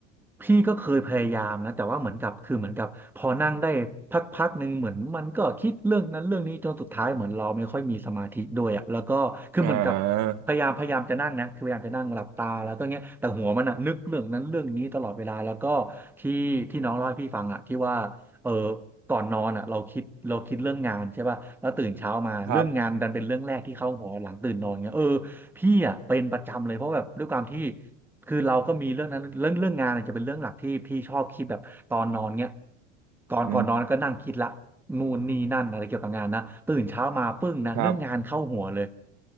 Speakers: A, in the centre; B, on the right.
A: พี่ก็เคยพยายามนะแต่ว่าเหมือนกับคือเหมือนกับพอนั่งได้พักๆหนึ่งเหมือนมันก็คิดเรื่องนั้นเรื่องนี้จนสุดท้ายเหมือนเราไม่ค่อยมีสมาธิด้วยอ่ะแล้วก็คือเหมือนกับ
B: อ่า
A: พยายามพยายามจะนั่งนะคือพยายามจะนั่งหลับตาแล้วก็เงี้ยแต่หัวมันอ่ะนึกเรื่องนั้นเรื่องนี้ตลอดเวลาแล้วก็ที่ที่น้องเล่าให้พี่ฟังอ่ะที่ว่าเออก่อนนอนอ่ะเราคิดเราคิดเรื่องงานใช่ป่ะแล้วตื่นเช้ามาเรื่องงานดันเป็นเรื่องแรกที่เข้าหัวหลังตื่นนอนเงี้ยเออ
B: ครับ
A: พี่อ่ะเป็นประจำเลยเพราะแบบด้วยความที่ คือเราก็มีเรื่องนั้นเรื่องเรื่องงานเนี่ยจะเป็นเรื่องหลักที่พี่ชอบคิดแบบตอนนอนเนี้ยก่อนก่อนนอนก็นั่งคิดละ
B: อื
A: นู่นนี่นั่นอะไรเกี่ยวกับงานนะตื่นเช้ามาปึ้งนะเรื่องงานเข้าหัวเลย
B: ครับ